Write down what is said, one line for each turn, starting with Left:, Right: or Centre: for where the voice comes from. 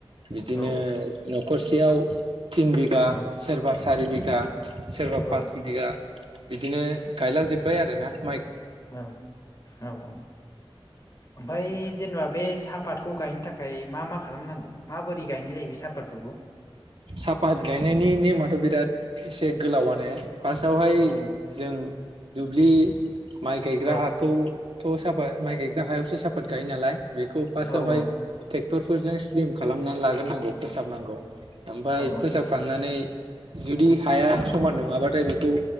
Right: बिदिनो
Left: औ
Right: सिनफ खरसेयाव थिन बिगा
Left: औ
Right: सोरबा सारि बिघा सोरबा
Left: औ
Right: फास बिघा बिदिनो गायलाजोब्बाय आरोना ।
Left: औ औ औ। ओमफाय जेनेबा बे साफातखौ गायनो थाखाय मा मा खालामनांगौ? माबोरै गायनाय जायो बे सापातफोरखौ?
Right: सापात गायनायनि नेमाथ थ' बिराद एसे गोलावानो फार्स्टआवहाय
Left: औ
Right: जों दुब्लि माइ गायग्रा
Left: औ
Right: हाखौ थ' सापात माइ गायग्रा हायावसो सापात गायो नालाय। बेखौ पासावहाय
Left: औ औ
Right: टेक टरफोरजों स्लिम खालामनानै लाग्रोनांगौ फोसाबनांगौ। ओमफाय
Left: औ
Right: फोसाबखांनानै जुदि हाया समान नङाबाथाय बेखौ